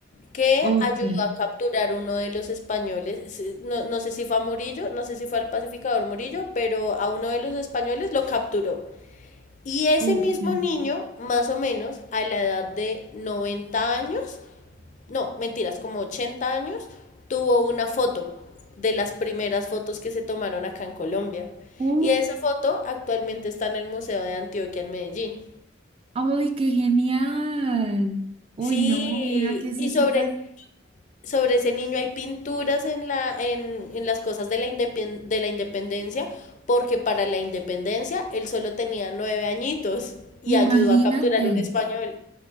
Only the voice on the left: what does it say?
que
ayudó a capturar uno de los españoles, Sí, no, no sé si fue a Murillo, no sé si fue al pacificador Murillo, pero a uno de los españoles lo capturó. Y ese
mismo niño, más o menos a la edad de 90 años, no, mentiras, como 80 años, tuvo una foto de las primeras fotos que se tomaron acá en Colombia.
Y esa foto actualmente está en el Museo de Antioquia en Medellín.
Sí,
y
sobre,
sobre ese niño hay pinturas en la, en, en las cosas de la indepen- de la independencia, porque para la independencia él solo tenía nueve añitos y ayudó
a capturar un español.